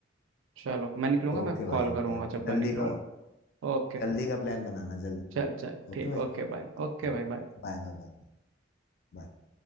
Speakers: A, on the right (about 80°); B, on the left (about 50°).
A: चलो मैं निकलूंगा
B: ओके
A: मैं कॉल
B: भाई
A: करूंगा
B: ओके
A: जब
B: जल्दी
A: मैं निकलूंगा
B: का
A: ओके
B: जल्दी का प्लान बनाना जल्दी
A: चल
B: का
A: चल
B: ओके
A: ठीक
B: भाई
A: okay bye okay
B: बनाओ
A: bye bye
B: Bye bye bye bye